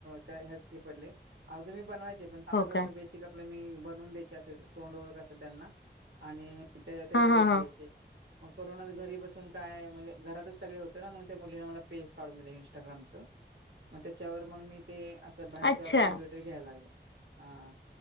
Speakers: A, on the right; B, on the left.
A: त्या हे पडलोय. आधी मी बनवाय
B: हो का
A: बेसिक आपल मी बनवून द्यायची. असे तोंड ओळख असेल त्यांना आणि. त्या त्याचे
B: हा
A: पैसे
B: हा हा
A: घ्यायचे. मग करुणात घरी बसून काय. म्हणजे घरातच सगळे होतं ना मग त्या मुलींना मला पैसे. काढून दि इंस्टाग्राम च. मग त्याच्यावर मग मी ते असं बाहेरचे
B: अच्छा
A: ऑर्डर बीरडर घ्यायला लागले. हा